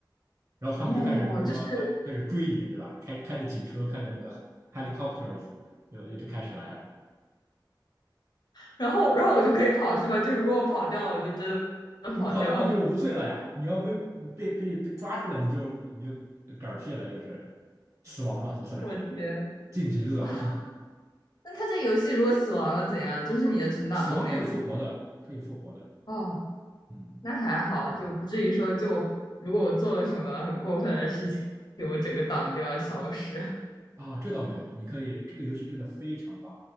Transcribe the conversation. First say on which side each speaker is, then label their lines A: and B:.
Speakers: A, on the right; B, on the left.
A: 然后他们就开始，
B: 哦，
A: 比如说他开始追你，
B: 就是
A: 对吧？开开着警车，开着那个 helicopters，就就就开始来了。
B: 然后然后我就可以跑是吧？就如果我跑掉了，我就真的跑掉了。
A: 你跑掉了就无罪了呀！你要被被被被抓住了，你就你就嗝屁了，就是死亡了，
B: <laughs>
A: 就算是
B: 我天
A: 进局子了。
B: 啊！那他这游戏如果死亡了怎样？就是你的存档都没有了
A: <laughs> 死亡可以复活的，可以复活的。
B: 哦，
A: 嗯，
B: 那还好，就不至于说就我如果我做了什么很过分的事情，就我整个档就要消失。<laughs>
A: 啊，这倒没有，你可以，这个游戏真的非常棒。